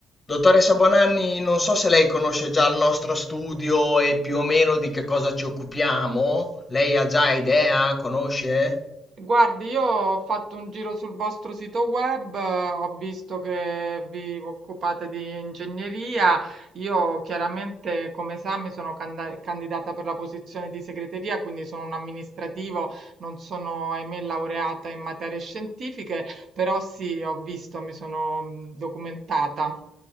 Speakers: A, on the left (about 20°); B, on the right (about 55°).
A: Dottoressa Bonanni, non so se lei conosce già il nostro studio e più o meno di che cosa ci occupiamo. Lei ha già idea? Conosce?
B: Guardi, io ho fatto un giro sul vostro sito web, eh, ho visto che vi occupate di ingegneria. Io chiaramente come sa mi sono canda- candidata per la posizione di segreteria, quindi sono un amministrativo, non sono ahimè laureata in materie scientifiche, però sì, ho visto, mi sono mh, documentata.